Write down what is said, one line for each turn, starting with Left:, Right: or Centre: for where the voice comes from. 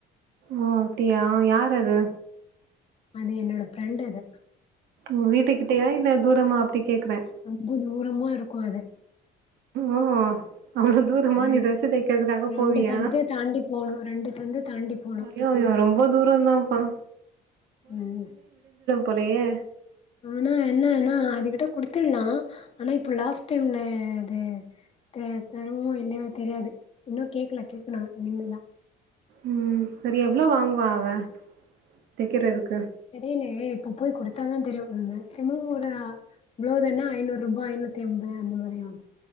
Right: ஓ அப்டியா யாரது
Left: அது என்னோட ஃப்ரெண்டது
Right: உ வீட்டுக்கிட்டயா இல்ல தூரமா அப்டி கேக்குறே
Left: ரொம்ப தூரமா இருக் கோறு
Right: ஓ அவ்ளோ தூரமா
Left: ரெண்
Right: நீ ட்ரஸ்ஸு தெக்கிறதுக்காக
Left: ரெண்டு
Right: போவியா
Left: சந்து தாண்டி போணு ரெண்டு சந்து தாண்டி போணு
Right: ஐயோயோ ரொம்போ தூரந்தாம்பா
Left: உம்
Right: போலயே
Left: ஆனா என்னனா அதுகிட்ட குடுத் த்துல்லா ஆனா இப்ப லாஸ்ட் டைம்ல அது த தருமோ இல்லையோ தெரியாது இன்னு கேக்ல கேக்னு இனிமேதா
Right: உம் சரி எவ்ளோ வாங்குவா அவ தெக்கிரதுக்
Left: தெரியலேயே இப்ப போய் கொடுத்தாதா தெரியு அ மேக்சிமோ ஒரு ப்ளவுஸுனா ஐநூர்ரூபா ஐநூத்தி அம்பது அந்த மாரி ஆகு